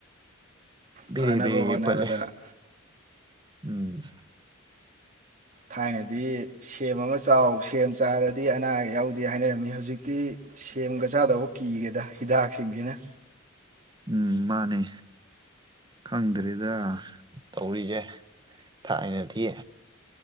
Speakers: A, on the right; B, on the right.
A: ꯕꯤꯔꯤꯕꯤꯔꯤ
B: ꯐꯅꯕ ꯍꯣꯠꯅꯕꯗ
A: ꯄꯠꯂꯦ ꯎꯝ
B: ꯊꯥꯏꯅꯗꯤ ꯁꯦꯝ ꯑꯃ ꯆꯥꯎ ꯁꯦꯝ ꯆꯥꯔꯗꯤ ꯑꯅꯥꯌꯦꯛ ꯌꯥꯎꯗꯦ ꯍꯥꯏꯅꯔꯝꯃꯤ ꯍꯧꯖꯤꯛꯇꯤ ꯁꯦꯝꯒ ꯆꯆꯥꯗꯕꯨ ꯀꯤꯔꯦꯗ ꯍꯤꯗꯥꯛ ꯁꯤꯡꯅ
A: ꯎꯝ ꯃꯥꯅꯦ ꯈꯪꯗ꯭ꯔꯤꯗ ꯇꯧꯔꯤꯁꯦ ꯊꯥꯏꯅꯗꯤ